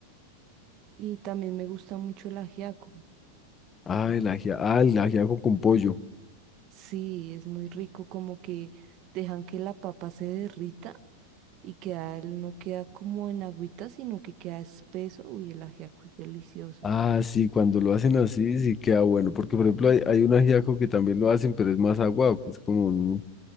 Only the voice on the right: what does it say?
Y también me gusta mucho el ajiaco.
Sí, es muy rico, como que dejan que la papa se derrita y queda, no queda como en agüita, sino que queda espeso. Uy, el ajiaco es delicioso.